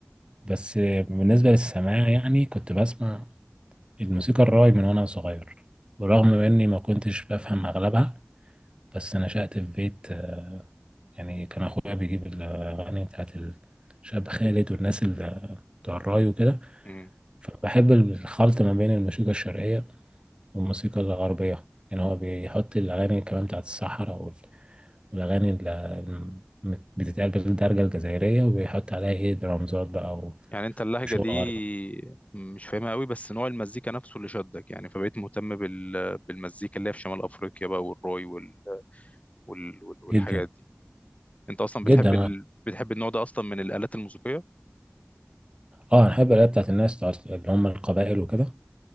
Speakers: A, on the right; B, on the left.
A: بس بالنسبه للسماع يعني كنت بسمع الموسيقى الراي من وانا صغير برغم اني ما كنتش بفهم اغلبها بس نشأت في بيت آه، يعني كان اخويا بيجيب الاغاني بتاعت الشاب خالد والناس اللي بتوع الراي وكده
B: مم.
A: فبحب الخلط ما بين الموسيقى الشرقيه والموسيقى الغربية يعني هو بيحط الأغاني كمان بتاعت الصحراء وال- والأغاني اللي بتتقال بالدرجة الجزائرية وبيحط عليها إيه درامزات بقى و-
B: يعني انت اللهجه
A: وشغل
B: دي
A: غربي
B: مش فاهمها قوي بس نوع المزيكا نفسه اللي شدك يعني فبقيت مهتم بال... بالمزيكا اللي هي في شمال افريقيا بقى والروي وال... وال... وال... والحاجات
A: جدا
B: دي انت اصلا بتحب
A: جدا أنا
B: ال... بتحب النوع ده اصلا من الالات الموسيقيه
A: آه أنا بحب الأغاني بتاعت الناس بتاعت اللي هم القبائل وكده